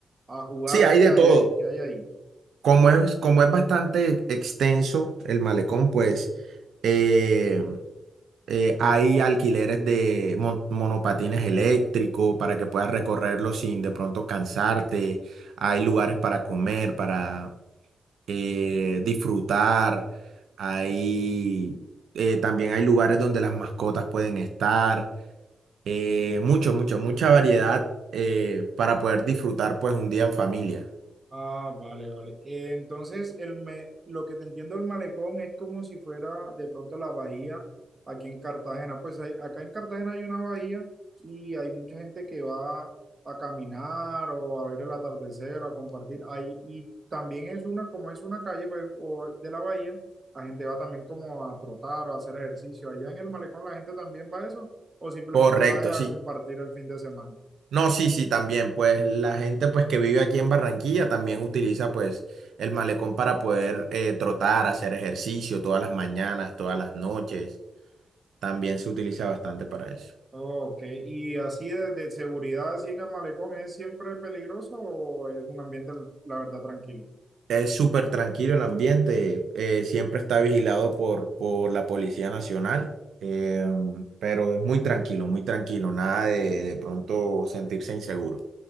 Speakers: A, on the right; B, on the right.
A: a jugar,
B: Sí, hay
A: ¿qué
B: de
A: hay
B: todo.
A: ahí? ¿Qué hay ahí?
B: Como es, como es bastante extenso el malecón, pues eh, eh, hay alquileres de mon- monopatines eléctricos para que puedas recorrerlo sin de pronto cansarte. Hay lugares para comer, para eh, disfrutar. Hay, eh, también hay lugares donde las mascotas pueden estar. Eh, mucho, mucho, mucha variedad eh, para poder disfrutar pues un día en familia.
A: Ah, vale, vale. Eh, entonces, el me- lo que te entiendo del malecón es como si fuera de pronto la bahía aquí en Cartagena. Pues hay- acá en Cartagena hay una bahía y hay mucha gente que va a caminar o a ver el atardecer o a compartir ahí. Y también es una, como es una calle pues, o de la bahía, la gente va también como a trotar o a hacer ejercicio. Allá en el malecón la gente también va a eso o simplemente
B: Correcto,
A: va
B: sí,
A: a compartir el fin de semana.
B: No, sí, sí, también, pues la gente pues que vive aquí en Barranquilla también utiliza pues el malecón para poder eh, trotar, hacer ejercicio todas las mañanas, todas las noches, también se utiliza bastante para eso.
A: Ok, ¿y así de, de seguridad, así en el malecón, es siempre peligroso o es un ambiente, la verdad, tranquilo?
B: Es súper tranquilo el ambiente, eh, siempre está vigilado por, por la Policía Nacional, eh, pero es muy tranquilo, muy tranquilo, nada de de pronto sentirse inseguro.